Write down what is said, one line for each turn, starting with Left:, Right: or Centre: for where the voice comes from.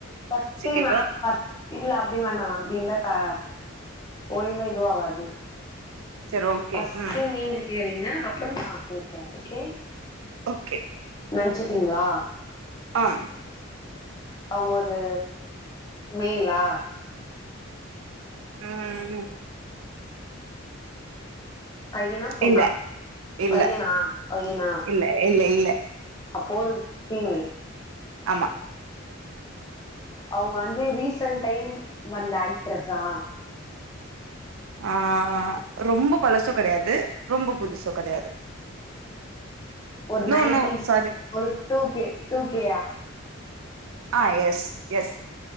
Left: ஃபஸ்ட்டு
Right: கேக்கணு
Left: நா ஃபஸ் இல்ல அப்டி வேணா அப்டி இர்ந்தாக்கா ஒழுங்கா இதுவா வாசி
Right: செரி ஓகே
Left: ஃபஸ்ட்டு
Right: ம்
Left: நீங்க கேளுங் ன்னா அப்புறோ நா கேக்குறே ஓகே
Right: ஓகே
Left: நென்ச்சிட்டீங்களா
Right: ஆம்
Left: அவுங்க ஒரு மேல்லா
Right: ம்
Left: பையனா பொண்ணா
Right: இல்ல இல்ல
Left: பையனா பையனா
Right: இல்ல இல்ல இல்ல
Left: அப்போ ஒரு ஃபீமேல்
Right: ஆமா
Left: அவுங்க வந்து ரீசன்ட் டைம் வந்த ஆக்ட்ரஸா
Right: ஆ ரொம்ப பழசு கெடையாது ரொம்ப புதுசோ கெடையாது
Left: ஒரு
Right: no
Left: nineties
Right: no sorry
Left: full two K டூகேயா
Right: அ எஸ் எஸ்